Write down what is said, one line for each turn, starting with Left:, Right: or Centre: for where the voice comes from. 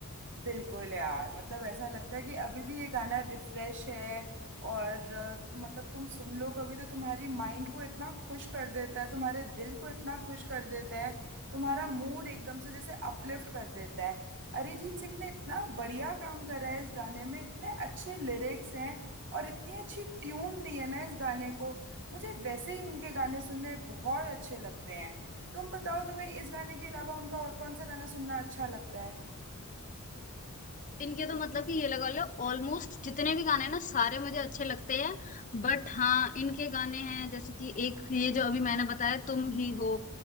Right: बिल्कुल यार मतलब ऐसा लगता है कि अभी भी ये गाना रिफ्रेश है और अ, तो मतलब तुम सुन लो कभी तो तुम्हारी माइंड को इतना खुश कर देता है तुम्हारे दिल को इतना खुश कर देता है तुम्हारा मूड एकदम से जैसे अपलिफ्ट कर देता है अरिजीत सिंह ने इतना बढ़िया काम करा है इस गाने में इतने अच्छे लिरिक्स हैं और इतनी अच्छी ट्यून दी है ना इस गाने को मुझे वैसे ही उनके गाने सुनने बहुत अच्छे लगते हैं तुम बताओ तुम्हें इस गाने के अलावा उनका और कौन सा गाना सुनना अच्छा लगता है
Left: इनके तो मतलब कि ये लगा लो ऑलमोस्ट जितने भी गाने हैं ना सारे मुझे अच्छे लगते हैं बट हाँ इनके गाने हैं जैसे कि एक ये जो अभी मैंने बताया तुम ही हो